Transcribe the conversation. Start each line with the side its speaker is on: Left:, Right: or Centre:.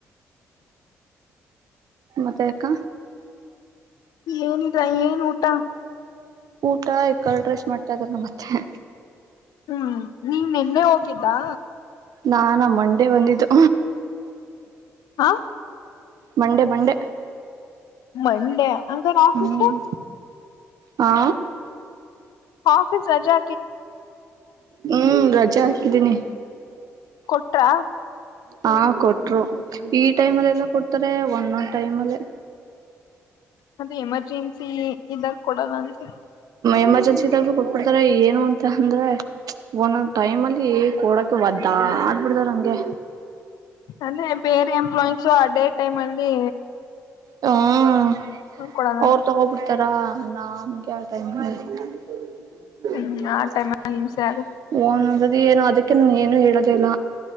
Right: ಮತ್ತೆ ಅಕ್ಕ
Left: ಏನಿದ್ರಾ ಏನ್ ಊಟ
Right: ಊಟ ಎ ಕಲ್ ಡ್ರೆಸ್ ಮಾಡ್ತಾ ಇದ್ರ ನ ಮತ್ತೆ
Left: ಹ್ಮ್ ನೀನ್ ನಿನ್ನೆ ಹೋಗಿದ್ದಾ
Right: ನಾಾನಮ್ಮ ಮಂಡೆ ಬಂದಿದ್ದು
Left: ಹಾ
Right: ಮಂಡೇ ಮಂಡೇ
Left: ಮಂಡೇ ಅಂತ ಆಫೀಸ್
Right: ಹ್ಮ್ ಹಾ
Left: ಹಾಫಿಸ್ ರಜಾ
Right: ಹ್ಮ್ ರಜೆ ಹಾಕಿದ್ದೀನಿ
Left: ಕೊಟ್ರಾ
Right: ಹಾ ಕೊಟ್ರು ಈ ಟೈಮ್ಲ್ಲಿ ಎಲ್ಲ ಕೊಡ್ತಾರೆ ಒಂದೊಂದ್ ಟೈಮ್ಲ್ಲಿ
Left: ಮತ್ತೆ ಎಮರ್ಜೆನ್ಸಿ ಇದಾಗ ಕೊಡಲ್ಲ ಅನ್ಸ
Right: ಎಮರ್ಜೆನ್ಸಿ ಇದಾಗರು ಕೊಟ್ಬಿಡ್ತಾರ ಏನು ಅಂತ ಅಂದ್ರೆ ಒಂದೊಂದ್ ಟೈಮ್ ಅಲ್ಲಿ ಕೊಡಕ ಒದ್ದ ಆಡ್ಬಿಡ್ದಾರ ನಂಗೆ
Left: ಅದೇ ಬೇರೆ ಎಂಪ್ಲಾಯೀಸು ಅದೇ ಟೈಮ್ ಅಲ್ಲಿ
Right: ಹ್ಮ
Left: ಕೊಡಲ್ಲ
Right: ಅವರು
Left: ಅನ್ಸುತ್ತೆ
Right: ತಗೋಬಿಡ್ತಾರ ನಮ್ಗೆ <unintelligible>
Left: ಹ್ಮ್ ಆ ಟೈಮ್ ಅಲ್ಲಿ ಹಿಂಸೆ ಆಗುತ್ತೆ
Right: ಏ ಅದಕ್ಕ ಏನು ಹೇಳ ಲ್ಲ